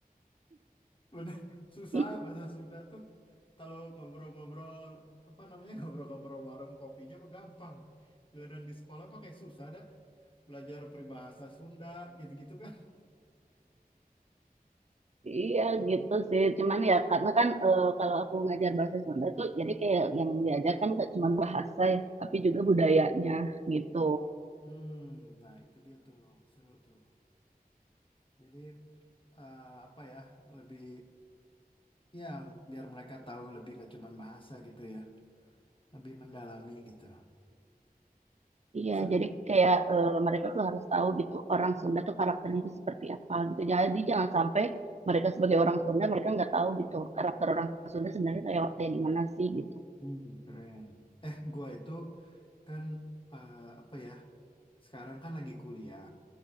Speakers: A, on the left; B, on the right.
A: Bener, susah
B: <laughs>
A: bahasa Sunda tuh. Kalau ngobrol-ngobrol, apa namanya, <laughs> ngobrol-ngobrol warung kopinya mah gampang. Bila dan di sekolah mah kayak susah dah. Belajar peribahasa Sunda, gitu-gitu kan.
B: Iya gitu sih, cuman ya karena kan eh, kalau aku ngajar bahasa Sunda tuh jadi kayak yang diajarkan gak cuma bahasa ya, tapi juga budayanya gitu.
A: Hmm, nah itu dia tuh, seru tuh. Jadi, eh, apa ya, lebih, ya biar mereka tahu lebih nggak cuman bahasa gitu ya. Lebih mendalami gitu.
B: Iya,
A: Sa-
B: jadi kayak eh, mereka tuh harus tahu gitu orang Sunda tuh karakternya itu seperti apa gitu. Jadi jangan sampai mereka sebagai orang Sunda mereka nggak tahu gitu karakter orang Sunda sebenarnya kayak kayak gimana sih gitu.
A: Hmm, keren. Eh, gua itu kan, eh, apa ya, sekarang kan lagi kuliah.